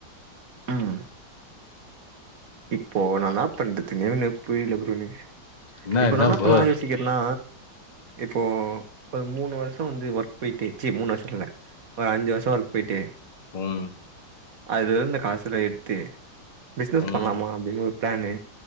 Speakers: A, on the right; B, on the left.
A: ம் இப்போ நா என்னா பண்றதுனே ஒண்ணுமே புரியல ப்ரோ எனக்கு
B: என்ன
A: இப்ப
B: என்ன
A: நா என்னா
B: ப்ரோ
A: பண்லா யோசிக்கிற நா இப்போ ஒரு மூணு வருஷ வந்து ஒர்க் போயிட்டு சி மூணு வருஷ இல்ல ஒரு அஞ்சு வருஷ ஒர்க் போயிட்டு
B: ம்
A: அதுல இருந்த காசுல்லா எடுத்து பிசினஸ்
B: ம்
A: பண்லாமா அப்டின்னு ஒரு பிளானு